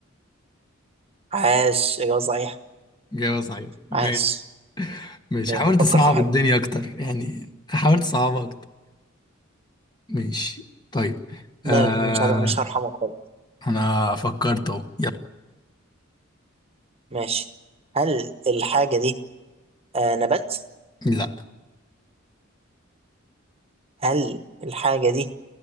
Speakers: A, on the right; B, on the left.
A: عاش اجابه صحيحه
B: جواب صحيح ماشي
A: عاش
B: ماشي
A: ماشي.
B: حاولت
A: فكر
B: اصعب
A: في حاجه
B: الدنيا اكتر يعني حاولت اصعبها اكتر ماشي طيب
A: ماشي
B: آه
A: مش هبقى مش هرحمك خالص
B: انا فكرت اهو يلا
A: ماشي هل الحاجه دي آه نبات
B: لا
A: هل الحاجه دي